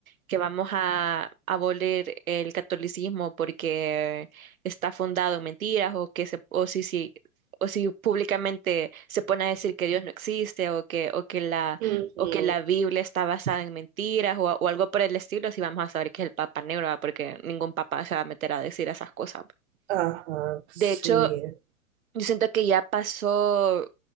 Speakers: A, on the right; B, on the right.
A: que vamos a abolir el catolicismo porque está fundado en mentiras o que se, o si, si, o si públicamente se pone a decir que Dios no existe o que, o que la,
B: Ujú,
A: o que la Biblia está basada en mentiras o, o algo por el estilo, si vamos a saber que es el Papa Negro, ¿va? Porque ningún papa se va a meter a decir esas cosas.
B: Ajá, sí.
A: De hecho, yo siento que ya pasó,